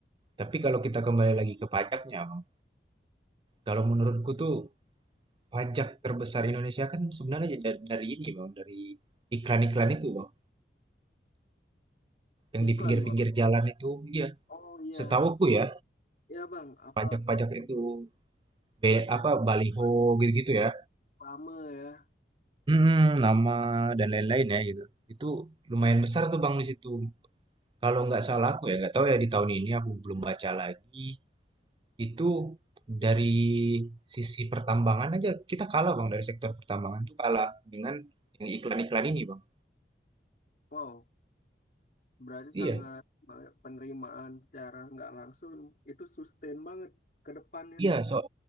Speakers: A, on the right (about 30°); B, on the left (about 50°).
A: Tapi kalau kita kembali lagi ke pajaknya, Bang. Kalau menurutku tuh pajak terbesar Indonesia kan sebenarnya da- dari, ini, Bang, dari iklan-iklan itu, Bang. Yang
B: Iklan
A: di pinggir-pinggir
B: bang.
A: jalan itu, iya.
B: Oh iya,
A: Setahuku ya,
B: Iya bang, apa
A: pajak-pajak
B: kalau untuk
A: itu be,
B: pajak
A: apa
B: penerimaan
A: baliho gitu-gitu ya.
B: pamer?
A: Mhm, nama dan lain-lain ya gitu. Itu lumayan besar tuh Bang di situ. Kalau nggak salah aku ya nggak tahu ya di tahun ini aku belum baca lagi. Itu dari sisi pertambangan aja kita kalah Bang dari sektor pertambangan tuh kalah dengan yang iklan-iklan ini Bang.
B: Wow, berarti
A: Iya,
B: sangat banget penerimaan secara nggak langsung itu sustain banget ke depannya.
A: iya so